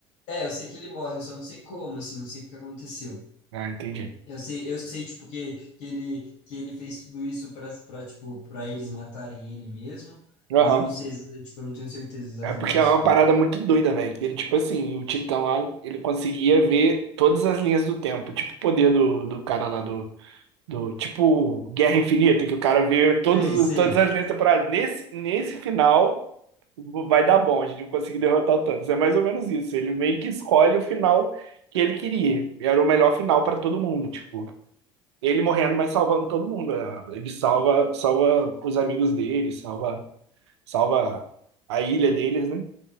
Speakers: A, on the left; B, on the right.
A: é, eu sei que ele morre, eu só não sei como, assim, não sei o que aconteceu.
B: Ah, entendi.
A: Eu sei, eu sei, tipo, que, que ele, que ele fez tudo isso pra, pra, tipo, pra eles matarem ele mesmo,
B: Aham.
A: mas eu não sei, exa- tipo, eu não tenho certeza exatamente
B: É porque
A: das
B: é uma
A: coisas.
B: parada muito doida, velho. Ele, tipo assim, o Titã lá, ele conseguia ver todas as linhas do tempo. Tipo o poder do, do cara lá do, Do tipo Guerra Infinita, que o cara vê todos,
A: Sei,
B: os-
A: sei.
B: todas as linhas temporais. Nesse, nesse final vai dar bom, a gente vai conseguir derrotar o Thanos. É mais ou menos isso. Ele meio que escolhe o final que ele queria. E Era o melhor final para todo mundo, tipo, ele morrendo, mas salvando todo mundo. né? Ele salva, salva os amigos dele, salva, salva a ilha deles, né?